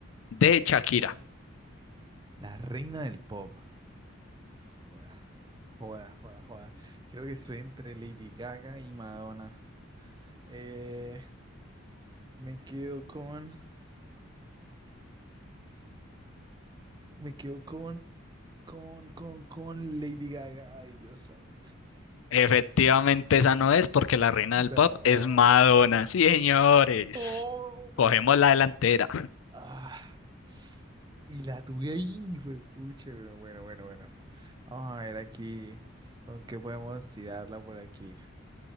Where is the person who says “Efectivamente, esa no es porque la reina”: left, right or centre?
Left